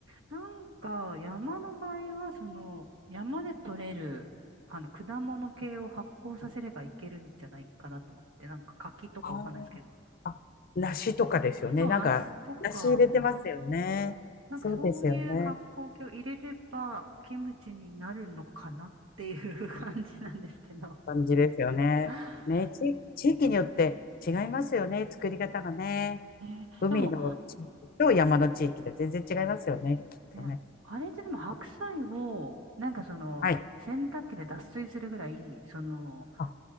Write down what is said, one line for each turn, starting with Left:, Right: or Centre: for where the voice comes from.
Right: なんか、山の場合は、その、山で採れる、あの、果物系を発酵させればいけるんじゃないかなと思って、なんか柿とかわかんないですけど、
Left: あー、あ梨とかですよね。
Right: そう、
Left: なんか、
Right: 梨とか、
Left: 梨入れてますよね。
Right: なんかそういう発酵系を入れれば、
Left: そうですよね。
Right: キムチになるのかなっていう <laughs> 感じなんですけど。
Left: 感じですよね。
Right: <laughs>
Left: ね、地、地域によって違いますよね、作り方がね。
Right: ね、
Left: 海の地域と山の地域で全然違いますよね、
Right: でも、
Left: きっとね。
Right: ね、あれってでも白菜を、なんかその、
Left: はい。
Right: 洗濯機で脱水するぐらい、その、
Left: あ、